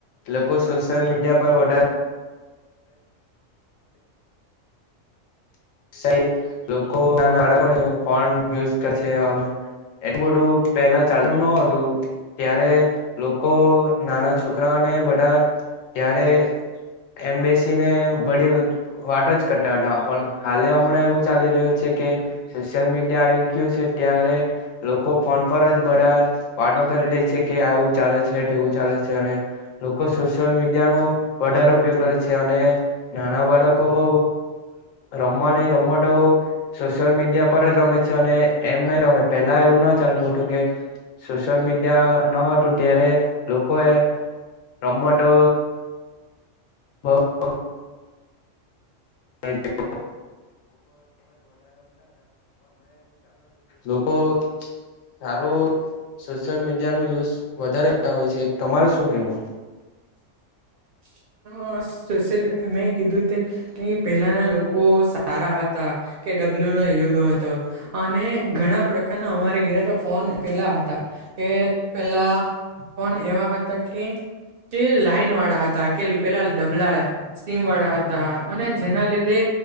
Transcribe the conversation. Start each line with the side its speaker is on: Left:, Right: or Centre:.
Left: લોકો સોશિયલ મીડિયા પર વધારે <unintelligible> એટલું બધું પેલા ચાલુ ન હતું ત્યારે લોકો નાના છોકરાઓ બધા ત્યારે એમબસી ને બ વાટો જ કટ પણ હાલે હમણાં એવું ચાલી રહ્યું છે કે સોશિયલ મીડિયા આવી ગયું છે ત્યારે લોકો ફોન પર જ બધા વાટો કરી લે છે કે આવું ચાલે છેવું ચાલે છે અને લોકો સોશિયલ મીડિયા નો વધારો કરે છે અને નાના બાળકો હો રમવા નહ રમવા તો સોશિયલ મીડિયા પર જ રમે છે અને એમ નહી રમે પેલા એવું ના ચાલે કે સોશિયલ મીડિયા ન હતું ત્યારે લોકો એ રમટો <inaudible> <unintelligible> લોકો સારું સોશિયલ મીડિયા ન યુઝ વધારે કરતા હોય છે તમારે શું કેવું
Right: <inaudible> સોલ મેં કીધું તેમ કે પેલાના લોકો સારા હતા કે ડબલ્યુ નો યુગ હતો અને ઘણા પ્રકારના અમારે ઘરે તો ફોન પેલા હતા એ પેલા ફન એવા હતા કે કે લાઈન વાળા હતા કે પેલા ડબલા સ્ટીમ વાળા હતા અને જેના લીધે.